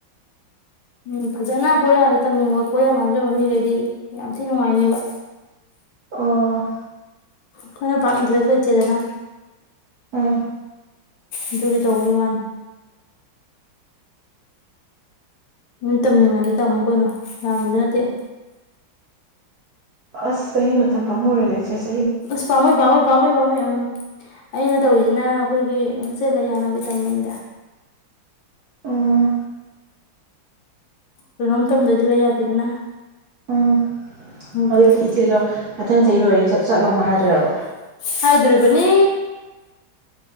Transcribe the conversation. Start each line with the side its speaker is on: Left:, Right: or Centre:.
Left: ꯎꯝ ꯐꯖꯅ ꯀꯣꯔꯤꯌꯥꯗ ꯇꯝꯅꯤꯡꯕ ꯀꯣꯔꯤꯌꯥ ꯉꯥꯎꯖꯕ ꯃꯤꯒꯩꯗꯤ ꯌꯥꯝ ꯊꯤ ꯅꯨꯡꯉꯥꯏꯅꯤꯕ
Right: ꯑꯣ
Left: ꯈꯣꯏꯅ ꯄꯥꯛ ꯏꯟꯇꯔꯦꯁ ꯂꯩꯇꯦꯗꯅ
Right: ꯎꯝ
Left: ꯑꯗꯨꯒꯤ ꯇꯧꯕꯩ ꯋꯥꯅ ꯎꯝ ꯇꯝꯅꯤꯡꯉꯗꯤ ꯇꯝꯃꯨ ꯀꯩꯅꯣ ꯌꯝꯕꯥꯖꯨ ꯅꯠꯇꯦ
Right: ꯑꯁ ꯆꯍꯤ ꯃꯇꯝ ꯄꯥꯝꯃꯨꯔꯦꯗ ꯏꯆꯦꯁ
Left: ꯑꯁ ꯄꯥꯃꯨꯏ ꯄꯥꯃꯨꯏ ꯄꯥꯃꯨꯏ ꯄꯥꯃꯨꯏ ꯎꯝ ꯑꯩꯅ ꯇꯧꯔꯤꯖꯤꯅ ꯑꯩꯈꯣꯏꯒꯤ ꯍꯣꯁꯇꯦꯜ ꯂꯩ ꯌꯥꯅꯕꯩ ꯇꯝꯕꯅꯤꯗ
Right: ꯎꯝ
Left: ꯀꯩꯅꯣꯝ ꯇꯝꯗꯗꯤ ꯂꯩ ꯌꯥꯗꯦꯗꯅ
Right: ꯎꯝ
Left: ꯑꯗꯨꯒꯤ
Right: ꯑꯗꯨꯗꯤ ꯏꯆꯦꯗꯣ ꯃꯊꯪ ꯆꯍꯤ ꯂꯣꯏ ꯆꯠ ꯆꯠꯂꯣ ꯃꯨꯛ ꯍꯥꯏꯔ <unintelligible>
Left: ꯍꯥꯏꯗꯨꯔꯤꯕꯅꯤ